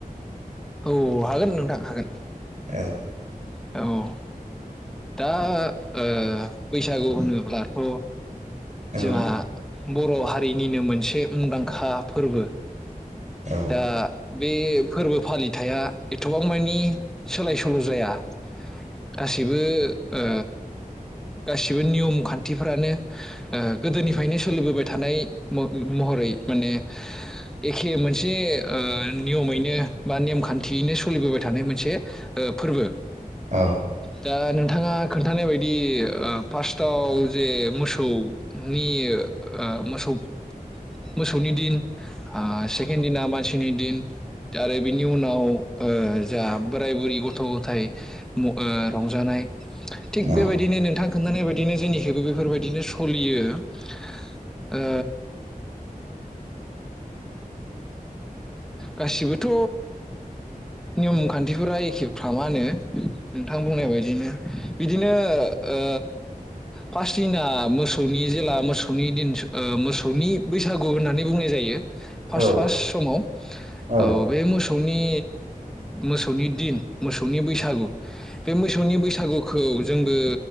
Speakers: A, in the centre; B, on the right.
A: औ हागोन नोंथां हागोन।
B: औ
A: औ दा ओ बैसागु होनब्लाथ'
B: औ
A: जोहा बर' हा रिनिनो मोनसे मुंदांखा फोरबो।
B: औ
A: दा बे फोरबो फालिथाइया एथबां मानि सोलाय सोल' जाया गासैबो ओ गासिबो नियम खान्थिफ्रानो ओ गोदोनिफ्रायनो सोलिबोबाय थानाय म-महरै माने एखे मोनस से ओ नियमैनो बा नेम खान्थियैनो स सोलिबोबाय थानाय मोनसे ओ फोरबो
B: औ
A: दा नों थाङा खोन्थानाय बायदि ओ फार्स्टआव जे मोसौनि ओ मोसौ मोसौनि दिन आ सि खेन दिना मानसिनि दिन। आरो बिनि उनाव ओ जा बोराइ बुरि गथ'-गथाइ म ओ रंजानाय थिग
B: औ
A: बेबायदिनो नोंथां खोन्थानाय बायदिनो जोंनिखैबो बेफोर बायदिनो सलियो ओ गासिबोथ' नियम खान्थिफोरा एखेफ्रामानो नोंथां बुंनाय बायदिनो। बिदिनो ओ फासदिना मोसौनि जेला मोसौनि दिन ओ मोसौनि बैसागु होननानै बुंनाय जायो। फार्स्ट
B: औ
A: फास समाव
B: जागोन
A: औ बे मोसौनि मोसौनि दिन मोसौनि बैसागु बे मोसौनि बैसागुखौ जोंबो